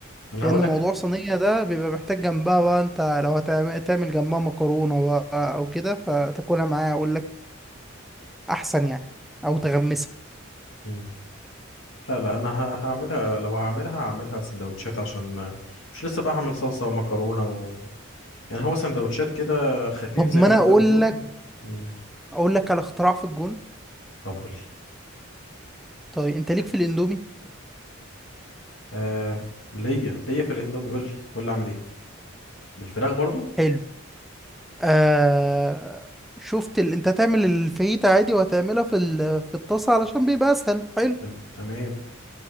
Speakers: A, on the left; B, in the centre.
A: انا
B: لان
A: هقول
B: موضوع صينيه ده بيبقى محتاج جنبها بقى انت لو هتعمل جنبها مكرونه بقى او كده فتاكلها معايا اقول لك احسن يعني او تغمسها
A: لك لا لا انا ه- هعملها لو هعملها هعملها سندوتشات عشان مش لسه بقى هعمل صلصة ومكرونة و... يعني هو سندوتشات كده خفيف
B: طب
A: زي
B: ما
A: ما
B: انا
A: انت
B: اقول
A: بتقول
B: لك
A: مم.
B: اقول لك على اختراع في الجون
A: طب قول لي
B: طيب انت ليك في الاندومي
A: آه ليا ليا في الاندومي قول لي قول لي اعمل ايه بالفراخ برضو
B: حلو آه شفت ال... انت هتعمل الفاهيتا عادي وهتعملها في ال... في الطاسه علشان بيبقى اسهل حلو
A: تم- تمام